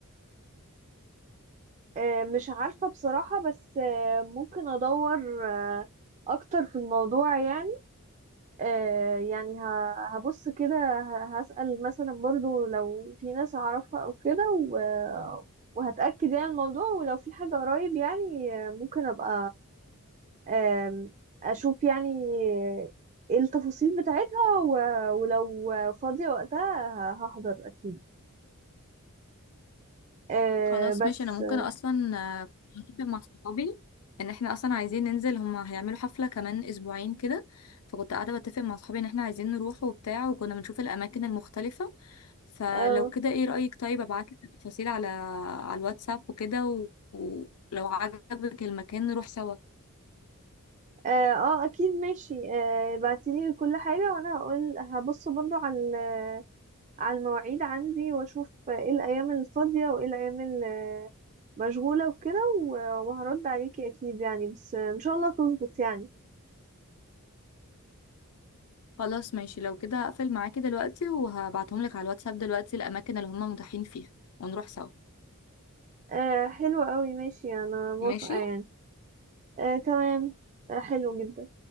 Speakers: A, on the right; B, on the left.
A: آه، مش عارفة بصراحة بس آه، ممكن أدور آه، أكتر في الموضوع يعني آه، يعني ه- هبص كده ه- هسأل مثلا برضو لو في ناس أعرفها أو كده و- وهتأكد يعني الموضوع ولو في حاجة قريب يعني آه، ممكن أبقى آم، أشوف يعني آه، إيه التفاصيل بتاعتها و- ولو فاضية وقتها ه- هحضر أكيد آه
B: خلاص
A: بس
B: ماشي انا ممكن اصلا آه، هتفق مع صحابي ان احنا اصلا عايزين ننزل هما هيعملوا حفلة كمان اسبوعين كده فكنت قاعدة بتفق مع صحابي ان احنا عايزين نروح وبتاع وكنا بنشوف الاماكن المختلفة فلو
A: اه
B: كده ايه رأيك طيب ابعتلك التفاصيل على على الواتساب وكده و- ولو عجبك المكان نروح سوا
A: اه آه، اكيد ماشي آه بعتيلي كل حاجة وانا هقول هبص برضو على ال- على المواعيد عندي واشوف ايه الايام الفاضية وايه الايام ال- مشغولة وكده و- وهرد عليكي اكيد يعني بس ان شاء الله تظبط يعني
B: خلاص ماشي لو كده هقفل معاكي دلوقتي وهبعتهم لك على الواتساب دلوقتي الاماكن اللي هما متاحين فيها ونروح سوا
A: آه حلو قوي ماشي انا موافقة
B: ماشي
A: يعني آه تمام آه حلو جدا